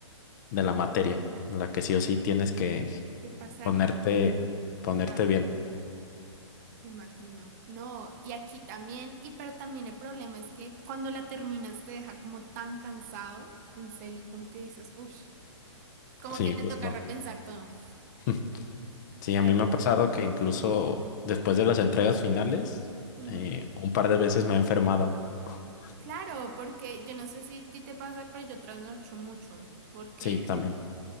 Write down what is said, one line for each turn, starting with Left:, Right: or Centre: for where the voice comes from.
Left: de la materia, la que sí o sí tienes que
Right: Que pasarla,
Left: ponerte, ponerte
Right: claro,
Left: bien.
Right: me imagino. No, y aquí también, y pero también el problema es que cuando la terminas te deja como tan cansado, en serio, como que dices, uff, como
Left: Sí,
Right: que te
Left: justo.
Right: toca repensar todo.
Left: <laughs> Sí,
Right: Pero
Left: a mí
Right: bueno.
Left: me ha pasado que incluso después de las entregas finales,
Right: ujú.
Left: eh, un par de veces me he enfermado. <laughs>
Right: Claro, porque yo no sé si a ti te pasa, pero yo trasnocho mucho, porque
Left: Sí, también.